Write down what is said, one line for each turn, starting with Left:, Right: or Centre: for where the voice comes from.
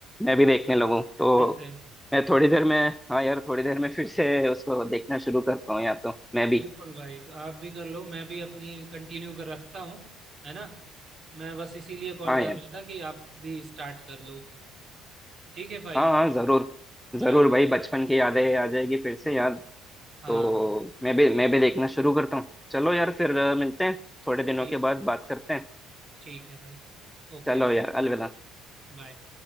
Centre: मैं भी देखने लगूं तो
Right: फिर से
Centre: मैं थोड़ी देर में हाँ यार थोड़ी देर में फिर से उसको देखना शुरू करता हूँ या तो मैं भी
Right: बिल्कुल भाई तो आप भी कर लो मैं भी अपनी कंटिन्यू कर रखता हूँ है ना मैं बस इसीलिए कॉल
Centre: हाँ
Right: कर
Centre: यार
Right: रहा था कि आप भी स्टार्ट कर लो ठीक है भाई
Centre: हाँ हाँ
Right: फिर
Centre: जरूर जरूर
Right: चलो
Centre: भाई बचपन की यादें आ जाएगी फिर से याद
Right: हाँ
Centre: तो
Right: हाँ
Centre: मैं भी मैं भी देखना शुरू करता हूँ चलो यार फिर अ, मिलते हैं थोड़े दिनों
Right: ठीक
Centre: के बाद बात करते हैं
Right: ठीक है भाई ओके
Centre: चलो यार अलविदा
Right: बाय